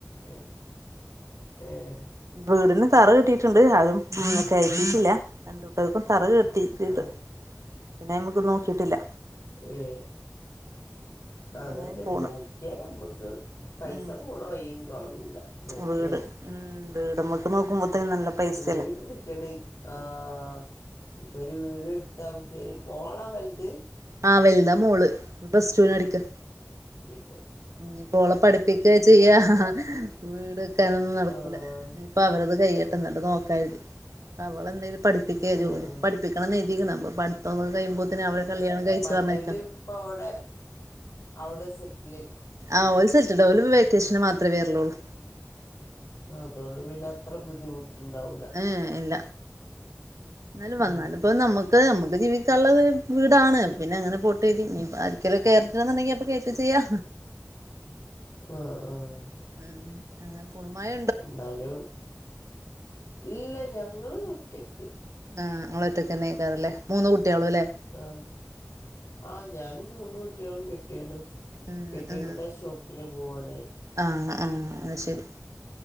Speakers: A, on the left (about 60°); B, on the right (about 85°).
A: ഏഹ് ഏഹ്
B: വീടിന് തറ കെട്ടീട്ട്ണ്ട് അതും കയറ്റീട്ടില്ല രണ്ടൂട്ടർക്കും തറ കെ കിട്ടീട്ട്
A: ആഹ്
B: പിന്നെ അയമക്കൊന്നും നോക്കിട്ടില്ല
A: ഏഹ്
B: പിന്നെ
A: അതന്നെ
B: അങ്ങനെ പോണ്
A: നോക്കിയാല് നമ്മക്ക് പൈസ
B: ഉം
A: പോണ വഴിം കാണൂല നോക്കിയാൽ
B: വീട് ഉം വീട്മ്മക്ക് നോക്കുമ്പോത്തിന് നല്ല പൈസല്ലേ
A: വീട് ഇട്ക്ക്ണ് ആഹ് ഇപ്പൊര് വീട് ഇട്ത്താ ത് മോളാ വെല്ത്
B: ആഹ് വല്താ മോള് പ്ലസ്റ്റൂന് പഠിക്കാ
A: ഇഞ്ഞ്പ്പ
B: ഇഞ്ഞ്പ്പോളെ പഠിപ്പിക്കാ ചെയ്യാ വീട് വെക്കാനൊന്നും നടക്കൂല
A: ആഹ്
B: ഇപ്പവരത് കയ്യട്ടെ ഇന്നട്ട് നോക്കാര്തി അവളെന്തേലും പഠിപ്പിക്കേ
A: ആഹ്
B: ജോലിക്ക്
A: ആഹ്
B: പഠി പ്പിക്കണം എയ്തിക്ണ് അപ്പൊ പഠിത്തൊക്കെ കഴിയുമ്പോക്ന്നെ അവരെ കല്യാണം കഴിച്ച്
A: മറ്റേല്
B: പറഞ്ഞയക്കണം
A: ഇപ്പൊവ്ടെ അവിടെ സെറ്റില
B: ആഹ് ഓല് സെറ്റിൽഡാ ഓല്പ്പൊ വെക്കേഷന് മാത്രേ വെറ്ലൊള്ളു
A: അതൊണ്ട് പിന്നെ അത്ര ബുദ്ധിമുട്ട്ണ്ടാവൂല
B: ഏഹ് ഇല്ല എന്നാലും വന്നാല്പ്പൊ
A: ഉം
B: നമ ത്ത് ഞമ്മക്ക് ജീവിക്കാള്ളത് വീടാണ് പിന്നെ അങ്ങനെ പോട്ടെര്തി ഇനിപ്പോ ആർക്കേലൊക്കെ ക്കാന്ന്ണ്ടെങ്കി അപ്പൊ കേറ്റും ചെയ്യാ
A: ആഹ് ആഹ്
B: ഉം ഉം പുള്മഴ
A: ഇന്നാലും ഇല്ല ഞങ്ങള് ഒറ്റക്ക്
B: ആഹ് ഇങ്ങള് ഒറ്റൊക്കന്നെക്കാരം ലേ മൂന്ന് കുട്ട്യേളും ലേ
A: ആഹ് ആഹ് ഞാനും മൂന്ന് കുട്ട്യേളും കെട്ട്യോനും
B: ഉം
A: കെറ്റീവിന്റെ
B: ഉം
A: ഷോപ്പില് പോവാണ്
B: ആഹ് ആഹ് ശെരി